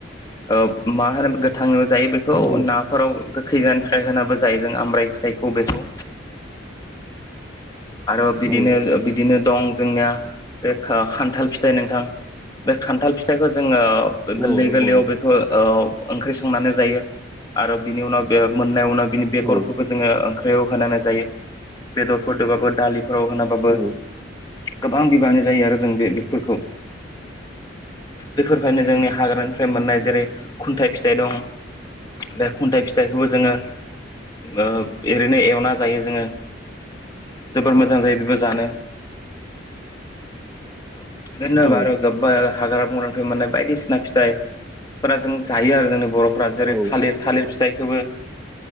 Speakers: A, on the left; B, in the centre.
A: ओ मा होनो गोथां जायो बेखौ
B: औ
A: नाफोराव देहानि थाखाय होनाबो जायो जों आम्राइ फिथाइखौ बेखौ आरो बिदिनो
B: औ
A: बिदिनो दं जोंनिया बे खान्थाल फिथाइ नोंथां बे खान्थाल फिथाइखौ जोङो गोरलै
B: औ नंगौ
A: गोरलैयाव
B: नोंथां
A: बेखौ औ ओंख्रि संनानै जायो आरो बिनि उनाव बे मोननाय उनाव बिनि बेगरखौबो
B: औ
A: जोङो बेयाव होनानै जायो बेदरफोरदबाबो दालि फोराव होनाबाबो
B: औ
A: गोबां बिबाङानो जायो आरो जों बे बेगफोरखौ बेफोरबायदिनो जोंनि हाग्रानिफ्राय मोननाय जेरै' खुन्थाइ फिथाइ दं बे खुन्थाइ फिथाइखौबो जोङो ओ ओरैनो एवना जायो जोङो जोबोर मोजां जायो बेबो जानो <unintelligible> गोबा
B: औ
A: हाग्रा बंग्रानिफ्राय मोननाय बायदिसिना फिथाइ फोरा जों जायो आरो जोंनि बर' फोर जेरै
B: औ
A: थालिर थालिर फिथाइखौबो